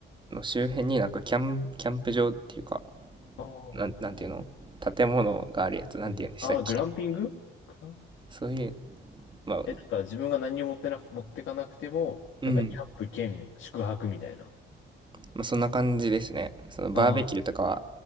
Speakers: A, on the right; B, on the left.
A: の周辺になんかキャン、キャンプ場っていうか、
B: ああ。
A: なん、なんていうの建物があるやつ、なんていうんでしたっけ
B: うん。ああ、グランピンググラン
A: そういう、まあ、
B: え、なんか自分が何にも持ってなく、持ってかなくても、
A: うん。
B: なんかキャンプ兼宿泊みたいな。
A: まあ、そんな感じですね。そのバーベキューとかは
B: あ